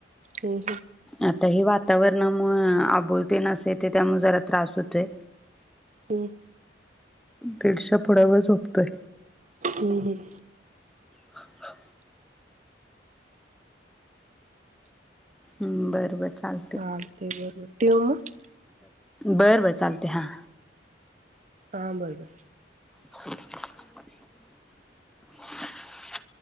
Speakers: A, on the right; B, in the centre.
A: हम्म
B: आता हे वातावरणामुळे आबुोलते नसे ते त्यामु जरा त्रास होतोय
A: हम्
B: दीडशा पुड्यावर झोपतोय
A: हम् ह
B: हाा ह् बर बर चालते
A: चालतंय बरं बरं ठेऊ मग?
B: बरं बरं चालते हां.
A: हा बरोबर.
B: <inaudible>